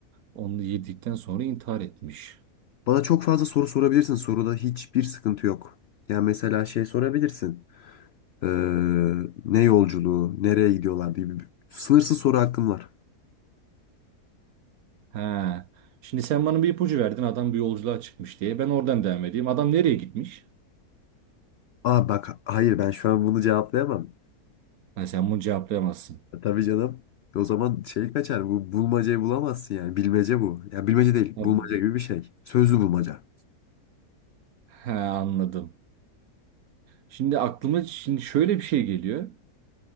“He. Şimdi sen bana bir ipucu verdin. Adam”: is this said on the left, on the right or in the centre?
Right